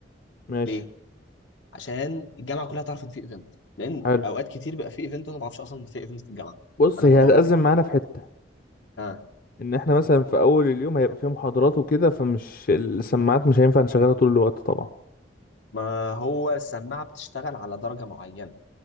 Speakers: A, on the left; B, on the left.
A: ماشي
B: ليه؟ عشان الجامعه كلها تعرف ان في ايفنت لان
A: حلو
B: اوقات كتير بيبقى في ايفنت انا ما بعرفش اصلا ان في ايفنت في الجامعه
A: بص
B: انا
A: هي
B: كطالب
A: هتأزم
B: يعني
A: معانا في حتة
B: اه
A: ان احنا مثلا في اول اليوم هيبقى فيه محاضرات وكده فمش السماعات مش هينفع نشغلها طول الوقت طبعا
B: ما هو السماعه بتشتغل على درجه معينه